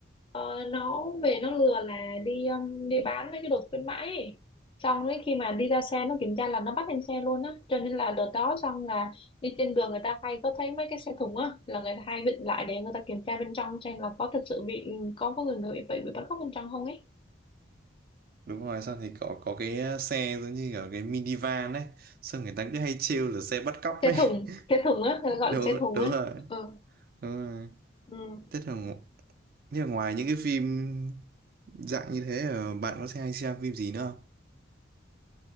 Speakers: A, on the left (about 25°); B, on the right (about 50°).
A: ờ, nó về nó lừa là đi um, đi bán mấy cái đồ khuyến mãi ấy. Xong ấy khi mà đi ra xe nó kiểm tra là nó bắt lên xe luôn á cho nên là đợt đó xong là đi trên đường người ta hay có thấy mấy cái xe thùng á là người ta hay vịn lại để người ta kiểm tra bên trong xem là có thật sự bị có có người người bị bị, bị bắt cóc bên trong không ấy
B: đúng rồi sao thì có có cái ờ, xe giống như kiểu cái minivan đấy sao người ta cứ hay trêu là xe bắt cóc
A: xe
B: đấy
A: thùng xe thùng á
B: <laughs>
A: người
B: đúng
A: ta gọi là xe thùng
B: đúng
A: á
B: rồi
A: ừ.
B: đúng rồi
A: ừ.
B: thế là ngo- thế là ngoài những cái phim dạng như thế ờ, bạn có hay xem phim gì nữa không